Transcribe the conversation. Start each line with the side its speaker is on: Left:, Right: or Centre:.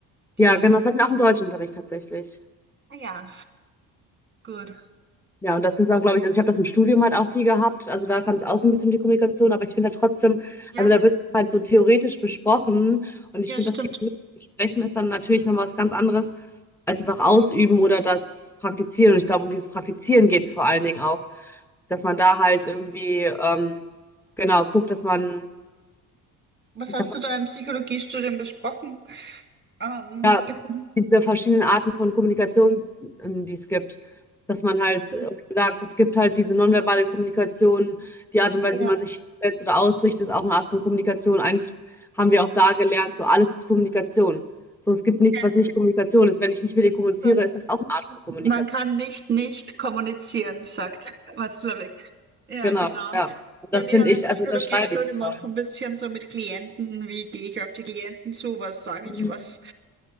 Centre: Ja,
Right: Die,
Centre: genau, das hatten wir auch im Deutschunterricht tatsächlich.
Right: ah ja, gut.
Centre: Ja, und das ist auch, glaube ich, also ich habe das im Studium halt auch viel gehabt. Also da kam es auch so ein bisschen die Kommunikation, aber ich finde halt trotzdem,
Right: Ja,
Centre: also da wird halt so theoretisch besprochen und ich
Right: ja,
Centre: finde,
Right: stimmt.
Centre: das theoretische Besprechen ist dann natürlich nochmal was ganz anderes als das auch ausüben oder das Praktizieren. Und ich glaube, um dieses Praktizieren geht es vor allen Dingen auch, dass man da halt irgendwie, ähm, genau, guckt, dass man,
Right: Was hast
Centre: dass man
Right: du da im Psychologiestudium besprochen? Ähm,
Centre: ja,
Right: bekommen?
Centre: diese verschiedenen Arten von Kommunikation, ähm, die es gibt. Dass man halt
Right: Ach so,
Centre: irgendwie
Right: ach
Centre: sagt, es gibt halt diese nonverbale Kommunikation, die Art
Right: so,
Centre: und Weise,
Right: ja.
Centre: wie man sich setzt oder ausrichtet, ist auch eine Art von Kommunikation. Eigentlich haben wir auch da gelernt, so alles ist Kommunikation. So, es gibt nichts,
Right: Ja,
Centre: was nicht Kommunikation ist. Wenn ich nicht mit dir kommuniziere,
Right: so.
Centre: ist das auch eine Art von Kommunikation.
Right: Man kann nicht nicht kommunizieren, sagt <laughs> Watzlawick. Ja,
Centre: Genau,
Right: genau.
Centre: ja. Und
Right: Ja,
Centre: das
Right: wir
Centre: finde
Right: haben
Centre: ich,
Right: im Psychologiestudium
Centre: also das schreibe ich total.
Right: auch ein bisschen so mit Klienten, wie gehe ich auf die Klienten zu, was sage
Centre: Mhm.
Right: ich, was